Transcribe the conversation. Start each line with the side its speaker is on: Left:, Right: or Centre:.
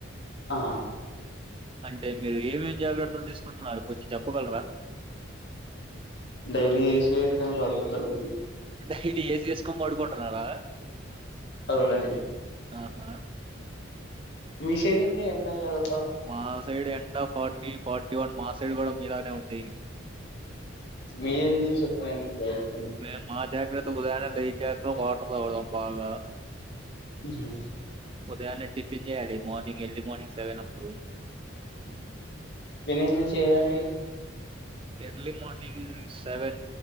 Left: ఆ
Right: అంటే మీరు ఏమేమి జాగ్రత్తలు తీసుకుంటున్నారు కొంచెం చెప్పగలరా
Left: డైలీ <unintelligible>
Right: డైలీ ఏసి ఏసుకొని పడుకుంటన్నారా
Left: అవునా అండి
Right: ఆహా
Left: మీ సైడ్ అండి ఎండ గాదు
Right: మా సైడ్ ఎండా ఫార్టీ ఫార్టీ వన్ మా సైడ్ కూడా మీలానే ఉంది
Left: మీ ఎందీ <unintelligible>
Right: మేం మా జాగ్రత్ <unintelligible> వాటర్ తాగుతాం బాగా
Left: ఉహు
Right: ఉదయాన్నే టిఫిన్ జేయాలి మార్నింగ్ ఎర్లీ మార్నింగ్ సెవెన్ అప్పుడు
Left: ఎందుకు చేయాలండి
Right: ఎర్లీ మార్ర్నింగ్ సెవెన్